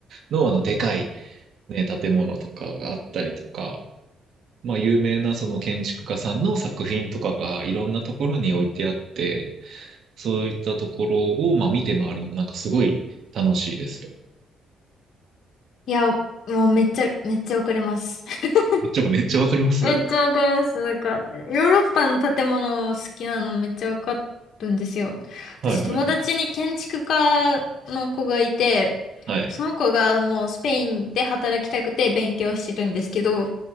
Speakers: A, on the right (about 65°); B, on the left (about 65°).
A: のあの、でかい、ね、建物とかがあったりとか、まあ、有名なその建築家さんの作品とかがいろんなところに置いてあって、そういったところを、まあ、見て回るのもなんかすごい楽しいですよ。
B: いや、もうめっちゃ、めっちゃわかります。<laughs>
A: めっちゃ、めっちゃわかります
B: めっちゃわかります。なんか、ヨーロッパの建物好きなのめっちゃわかるんですよ。
A: はいはいはい。
B: 私、友達に建築家の子がいて、
A: はい。
B: その子がもうスペインで働きたくて勉強してるんですけど、